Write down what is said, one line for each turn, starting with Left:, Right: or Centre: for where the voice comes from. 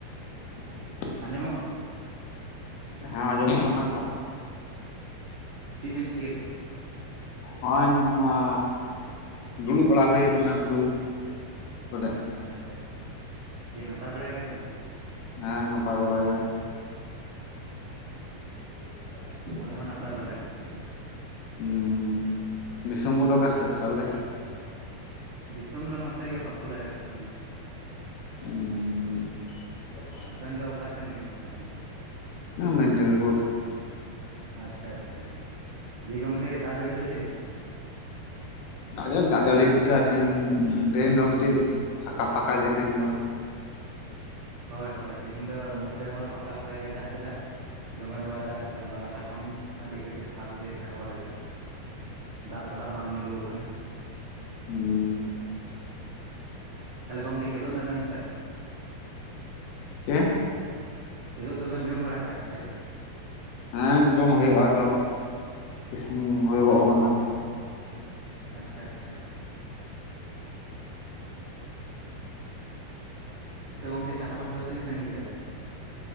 Left: <unintelligible>
Right: ᱟᱸᱡᱚᱢᱚᱜ ᱠᱟᱱᱟ?
Left: ᱦᱮᱸ ᱟᱸᱡᱚᱢᱚᱜ ᱠᱟᱱᱟ᱾
Right: ᱪᱮᱫ ᱵᱤᱱ ᱪᱤᱠᱟᱹᱭᱮᱫᱟ?
Left: ᱦᱚᱸᱜ-ᱚᱭ ᱱᱚᱣᱟ ᱫᱩᱲᱩᱵ ᱵᱟᱲᱟ ᱦᱩᱭ ᱠᱟᱱᱟ᱾ <unintelligible>
Right: ᱟᱪᱪᱷᱟ ᱟᱪᱪᱷᱟ ᱫᱤᱭᱮ ᱱᱟᱯᱟᱭ ᱵᱟᱲᱟ ᱜᱮᱭᱟᱵᱮᱱ ᱛᱚ?
Left: ᱦᱮᱸᱱᱟᱯᱟᱭ ᱵᱟᱲᱟ‌ ᱜᱮ ᱾ <unintelligible>
Right: ᱟᱞᱮ ᱦᱚᱸ ᱱᱟᱯᱟᱭ ᱵᱟᱲᱟᱭ ᱜᱮ ᱾
Left: <unintelligible> ᱫᱤᱥᱚᱢ‌‌ ᱠᱚᱫᱚ ᱚᱠᱟ ᱥᱮ ᱛᱟᱦᱚᱞᱮ?
Right: ᱫᱤᱥᱚᱢ ᱫᱚ ᱱᱚᱛᱮ ᱜᱮ ᱵᱟᱸᱠᱩᱲᱟ ᱫᱤᱥᱚᱢ ᱜᱮ᱾
Left: ᱦᱩᱸ <unintelligible>
Right: ᱟᱵᱮᱱ ᱫᱚ ᱚᱠᱟ ᱥᱮ ᱨᱤᱱᱤᱡ <unintelligible> ᱠᱟᱱᱟ ᱵᱮᱱ?
Left: ᱢᱮᱫᱱᱤᱯᱩᱨ᱾
Right: ᱟᱪᱪᱷᱟ ᱟᱪᱪᱷᱟ, ᱫᱤᱭᱮ ᱜᱚᱝᱠᱮ ᱫᱟᱜ ᱡᱟᱹᱲᱤ ᱫᱚ ᱪᱮᱫ ᱞᱮᱠᱟ?
Left: <unintelligible> ᱫᱟᱜ ᱡᱟᱹᱲᱤ ᱠᱮᱫᱟ ᱛᱮᱦᱮᱧ ᱛᱮᱦᱮᱧ ᱫᱚ ᱠᱟᱹᱴᱤᱡ ᱯᱷᱟᱸᱠᱟ ᱯᱷᱟᱸᱠᱟ ᱜᱮ ᱛᱮᱦᱮᱧ ᱫᱚ᱾
Right: ᱦᱳᱭ ᱦᱳᱭ ᱛᱮᱦᱮᱧ ᱫᱚ ᱱᱚᱛᱮ ᱦᱚᱸ ᱯᱷᱟᱠᱟ ᱯᱷᱟᱠᱟ ᱜᱮᱭ ᱫᱟᱜ ᱠᱮᱫᱟ ᱫᱚᱢᱮ ᱫᱚᱢᱮᱭ ᱫᱟᱜ ᱞᱮᱫᱟ ᱵᱟᱨᱚ ᱴᱟ ᱠᱷᱚᱱ ᱟᱹᱰᱤ ᱠᱟᱹᱴᱤᱡ ᱯᱷᱟᱠ ᱜᱮᱭ ᱫᱚᱦᱚ ᱞᱮᱫᱟ ᱫᱟᱜ ᱫᱚ ᱦᱟᱸᱜ ᱵᱟᱝ ᱧᱩᱨᱩ ᱠᱟᱱᱟ᱾
Left: ᱦᱩᱸ
Right: ᱛᱟᱦᱚᱞᱮ ᱜᱚᱝᱠᱮ ᱠᱮᱫᱚᱜ ᱱᱟ ᱵᱮᱱ ᱥᱮ ᱟᱹᱣᱨᱤ?
Left: ᱪᱮᱫ
Right: ᱠᱮᱫᱳᱜ ᱫᱚ ᱵᱮᱱ ᱡᱚᱢ ᱵᱟᱲᱟ ᱠᱮᱜᱼᱟ ᱥᱮ ᱟᱹᱣᱨᱤ?
Left: ᱦᱮᱸ ᱡᱚᱢ ᱦᱩᱭᱩᱜᱼᱟ᱾ ᱟᱫᱚ ᱤᱥᱤᱱ ᱦᱳᱭ-ᱜᱚᱜ ᱠᱟᱱᱟ᱾
Right: ᱟᱪᱪᱷᱟ ᱟᱪᱪᱷᱟ, ᱛᱳ ᱜᱚᱝᱠᱮ ᱪᱟᱥ-ᱵᱟᱥ ᱫᱚ ᱛᱤᱱ ᱥᱟᱹᱜᱤᱧ ᱠᱮᱫᱟ ᱵᱮᱱ?